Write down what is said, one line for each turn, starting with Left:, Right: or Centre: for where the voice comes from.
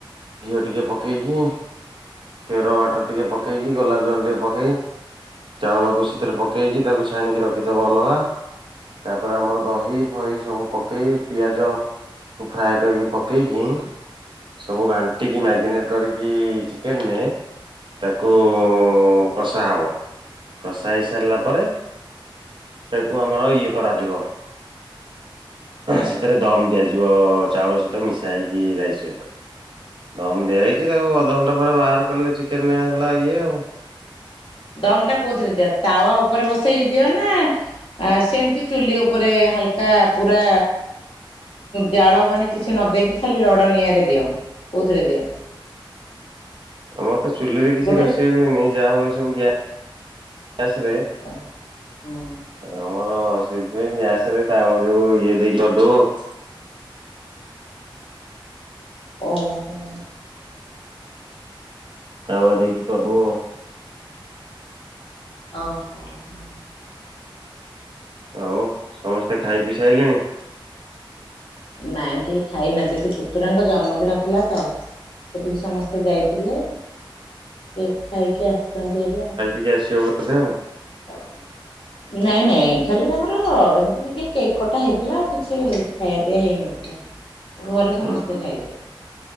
Right: ଘିଅ ଟିକେ ପକେଇକି କେର ୱାଟର ଟିକେ ପକେଇକି ଗୋଲାପ ଜଲ ଟିକେ ପକେଇ ଚାଉଳକୁ ସେଥିରେ ପକେଇକି ତାକୁ ଛାଣିକି ରଖିଦବ ଅଲଗା। ତାପରେ ଆମର ଦହି ଫହି ସବୁ ପକେଇ ପିଆଜ କୁ ଫ୍ରାଏ କରିକି ପକେଇକି ସବୁ ଘାଣ୍ଟିକି ମାରିନେଟ କରିକି ଚିକେନ ରେ ତାକୁ କଷା ହବ। କଷା ହେଇ ସାରିଲା ପରେ ତାକୁ ଆମର ଇଏ କରାଯିବ। ସେଥିରେ ଦମ ଦିଆଯିବ ଚାଉଳ ସହିତ ମିଶା ହେଇକି ରାଇସ୍ ସହିତ।
Left: ହ <inaudible>
Right: ଦମ ଦିଆ ହେଇକି ତାକୁ ଅଧଘଣ୍ଟା ପରେ ବାହାର କଲେ ଚିକେନରେ ହେଲା ଇଏ ଆଉ।
Left: ଦମ ଟା କୋଉଥିରେ ଦିଅ ତାୱା ଉପରେ ବସେଇକି ଦିଅ ନା ଆ ସେମିତି ଚୁଲି ଉପରେ ହାଲକା ପୁରା ଜାଳ ମାନେ କିଛି ନ ଦେଇେଇକି ଖାଲି ରଡ ନିଆଁରେ ଦିଅ କୋଉଥିରେ ଦିଅ?
Right: ଆମର ତ ଚୁଲିରେ କିଛି
Left: ଗୋଟେ
Right: ରୋଷେଇ ହୁଏନି। ଯାହା ହୁଏ ସବୁ ଗ ଗ୍ୟାସରେ।
Left: ଆ ହୁଁ।
Right: ଆମର ସେଇଥିପାଇଁ ଗ୍ୟାସ ରେ ତାବା ଯୋଉ ଇଏ ଦେଇକି କରିଦଉ ଆଉ।
Left: ଓ ହୋ।
Right: ତାୱା ଦେଇକି କରିଦଉ ଆଉ।
Left: ଓହୋ ହୋ।
Right: ଆଉ ସମସ୍ତେ ଖାଇ ପିସାଇଲେଣି?
Left: ନାଇଁ କେହି ଖାଇନାହାନ୍ତି ସେ ପୁତୁରାଙ୍କ ଜନ୍ମଦିନ ଥିଲା ତ! ସେଠିକି ସମସ୍ତେ ଯାଇଥିଲେ କେକ୍ ଖାଇକି ଆସିଛନ୍ତି ଏବେ ଆଉ।
Right: କିଏ ଆସିବ ତ <unintelligible>
Left: ହଉ ହ ନାଇଁ ନାଇଁ ଖାଲି ତାଙ୍କର ଏମିତି ଟିକେ କେକ୍ କଟା ହେଇଥିଲା ଆଉ କିଛି ଖାଇବା ପିଇବା ହେଇନଥିଲା। ଘରେ
Right: ଉଁ
Left: ସମସ୍ତେ
Right: ହୁଁ
Left: ଖାଇବେ।